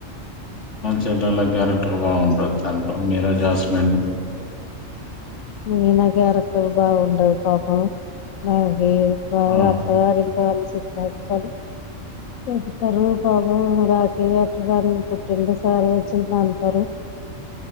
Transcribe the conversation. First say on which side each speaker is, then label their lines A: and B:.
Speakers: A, on the left (about 65°); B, on the left (about 80°).
A: చెలెళ్ల క్యారెక్టర్ బాగుంటుంది దాంట్లో మీరా జాస్మిన్
B: మీనా క్యారెక్టర్ బాగుంటది పాపం బాగా ఏ బాగా
A: ఆ
B: అత్తగారింట కలిసి వచ్చాం పెడతారు పాపం రాఖీ కట్టడాన్ని పుట్టింటి సార వచ్చి పంపుతారు